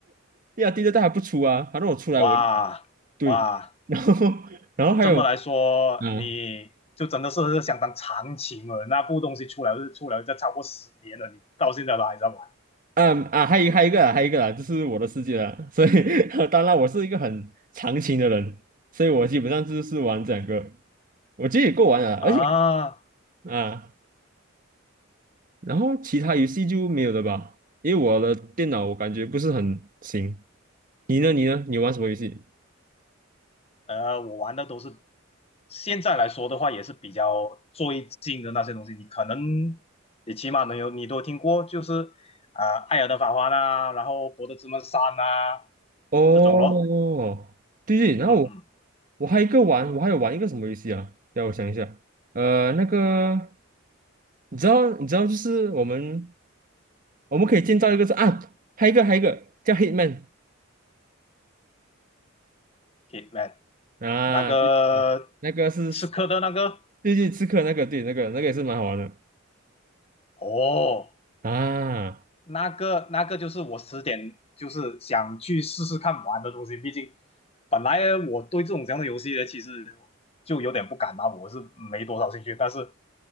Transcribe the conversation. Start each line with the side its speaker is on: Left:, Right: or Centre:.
Right: 哎呀，第六代还不出啊，反正我出来我。
Left: 哇哇，
Right: 对，然后 <laughs> 然后还有
Left: 这么来说，
Right: 啊
Left: 你就真的是相当长情了。那部东西出来是出来这超过十年了，你到现在都还在玩
Right: 啊啊，还有还有一个啊还有一个啊，就是我的世界啊，所以 <laughs> 当然我是一个很长情的人，所以我基本上就是玩这两个，我觉得也够玩了，而且
Left: 啊？
Right: 啊，然后其他游戏就没有了吧，因为我的电脑我感觉不是很行。你呢？你呢？你玩什么游戏？
Left: 呃，我玩的都是现在来说的话，也是比较最近的那些东西，你可能你起码能有你都听过，就是啊，呃艾尔登法环》啊，然后《博德之门三》啊
Right: 哦，
Left: 这种咯。
Right: 对对，然后我
Left: 嗯嗯
Right: 我还有一个玩，我还有玩一个什么游戏啊？让我想一下，呃，那个。你知道，你知道，就是我们我们可以建造一个是啊，还有一个还有一个叫 Hitman
Left: 可以。t
Right: 啊，
Left: 那个
Right: 对对，那个是
Left: 刺客的那个，
Right: 对对刺客那个，对那个那个也是蛮好玩的
Left: 哦，
Right: 啊，
Left: 那个那个就是我十点就是想去试试看玩的东西，毕竟本来我对这种这样的游戏呢，其实就有点不敢嘛，我是没多少兴趣，但是